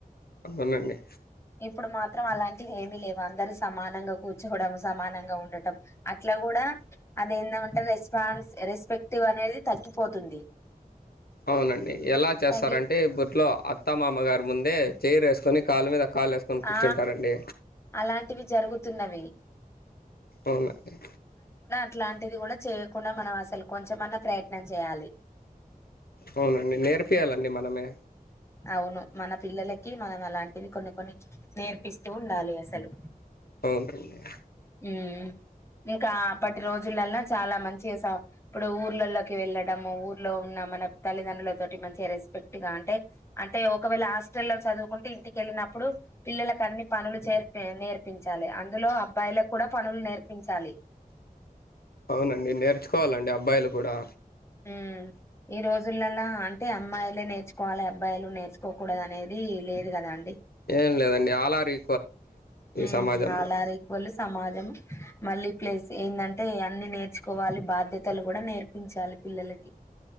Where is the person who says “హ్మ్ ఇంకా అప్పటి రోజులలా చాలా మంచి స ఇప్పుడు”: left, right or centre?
Left